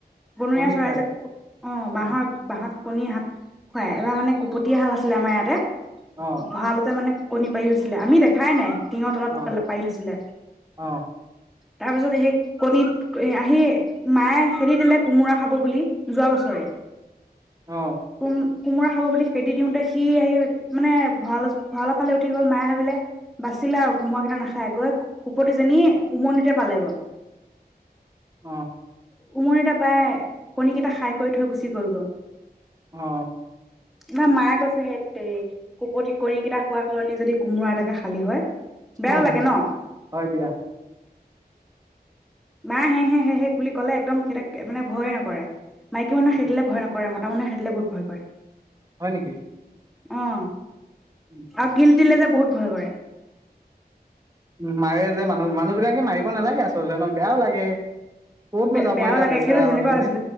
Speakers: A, in the centre; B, on the right.
A: বনৰীয়া
B: কণী
A: চৰাই
B: খায়।
A: যে, অঁ
B: অ',
A: বাঁহৰ বাঁহত কণী হাত খুৱাই এবাৰ মানে কুপটীয়া হাল আছিলে আমাৰ ইয়াতে।
B: অ',
A: ভাৰালতে মানে কণী পাৰি থৈছিলে! আমি দেখাই নাই টিঙ
B: অ',
A: পালে পাৰি থৈছিলে।
B: অ',
A: তাৰ পিছত, সেই কণীত আহি মায়ে খেদি দিলে কোমোৰা খাব বুলি, যোৱা বছৰে
B: অঁ!
A: কোম কোমোৰা খাব বুলি খেদি দিওঁতে সি সেই মানে ভঁৰাল ভঁৰালৰ ফালে উঠি গ'ল মায়ে ভাবিলে বাচিলে আৰু কোমৰাৰাকেইটা নাখায়, গৈ কুপটোজনী উমনিতে পালেগৈ।
B: অঁ
A: উমনিটাাৰ পাই, কণীকেইটা খাই কৰি থৈ গুচি গল গ'ল
B: অঁ
A: তমাৰ মায়ে কৈছে সেই হৰি কুপ ঠিকনি কেইটা খোৱা সলনি যদি কোমোৰা এটাকে খালী হয়। বেয়াও
B: অঁ-
A: লাগে
B: অঁ
A: ন
B: হয় দিয়!
A: ম হে হে হে হেুলি ক'লে একদম সিহতে মানে ভয়ে নকৰে মাইকী মানুহৰ হো
B: উম,
A: খেদিলে মতা তাৰামানে খেদিলৈ বহুত ভয় কৰে।
B: হয় নেকি?
A: অঁ!
B: উম,
A: আৰু গিলটিলে যে বহুত ভয় কৰেহ
B: উ মাৰে যে মানুহ। মানুহবিলাকে মাৰিব নালাগে, আছজনক বেয়াও লাগে। ক'তনো
A: ব
B: যাব
A: বেয়াও
B: এতিয়া
A: লাগে
B: বেচেৰাহঁত
A: সিটো যেনেকুৱা
B: হয়নে?
A: যে